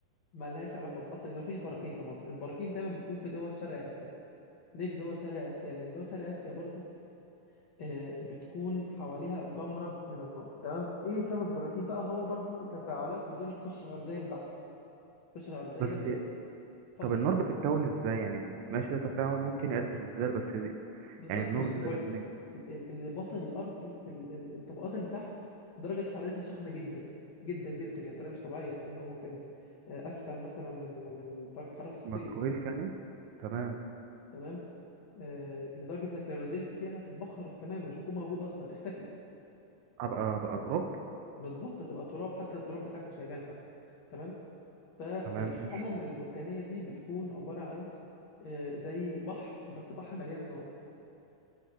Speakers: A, on the left; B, on the right.
A: ملهاش علاقة بمصر لان مفيش براكين في مصر البراكين دايما بيكون في دول شرق اسيا ليه في دول شرق اسيا لان دول شرق اسيا برضو آه، بتكون حواليها جمرة من النار تمام ايه سبب البراكين بقى هو برضو تفاعلات ما بين القشرة الأرضية اللي تحت القشرة الأرضية
B: بس
A: بتفضل
B: طب النار بتتكون ازاي يعني ماشي ده تفاعل ممكن يؤدي للزلزال بس دي-
A: بالظبط
B: يعني النار
A: بص
B: دي
A: هقولك
B: بقى جت منين
A: ال- اللي باطن الأرض ال- ال- الطبقات اللي تحت درجة حرارتها سخنة جدا جدا جدا يعني بطريقة مش طبيعية يعني هو ممكن آه، أسخن مثلا من من درجة حرارة في الصيف
B: ميكرويف يعني تمام
A: تمام آه، لدرجة إنك لو نزلت فيها هتتبخر تماما مش هتكون موجود أصلا هتختفي
B: ابقى ابقى تراب
A: بالظبط هتبقى تراب حتى التراب بتاعك مش هيبان حتى تمام فالحمم
B: تمام ماشي
A: البركانية دي بتكون عبارة عن آه، زي بحر بس بحر مليان نار